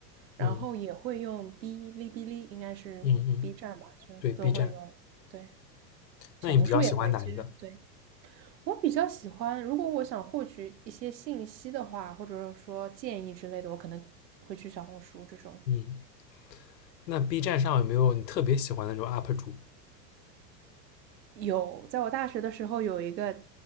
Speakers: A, on the right; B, on the left.
A: 然后也会用哔哩哔哩，
B: 嗯
A: 应该是
B: 嗯嗯，
A: B 站吧，就都会用。
B: 对，B 站。
A: 对，
B: 那你比较喜欢哪一个？
A: 小红书也会。其实对我比较喜欢，如果我想获取一些信息的话，或者说建议之类的，我可能会去小红书这种。
B: 嗯，那 B 站上有没有你特别喜欢的那种 UP 主？
A: 有，在我大学的时候有一个